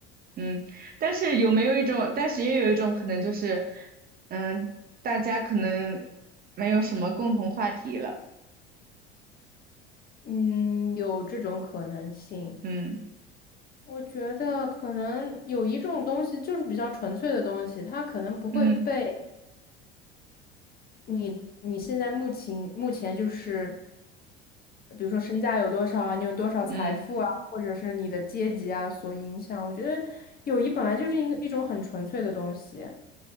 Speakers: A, on the right; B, on the left.
A: 嗯，但是有没有一种，但是也有一种可能就是，嗯，大家可能没有什么共同话题了。
B: 嗯，有这种可能性。
A: 嗯
B: 我觉得可能友谊这种东西就是比较纯粹的东西，它可能不会被
A: 嗯
B: 你你现在目前目前就是，比如说身价有多少啊，你有多少财富啊，
A: 嗯
B: 或者是你的阶级啊所影响。我觉得友谊本来就是一一种很纯粹的东西，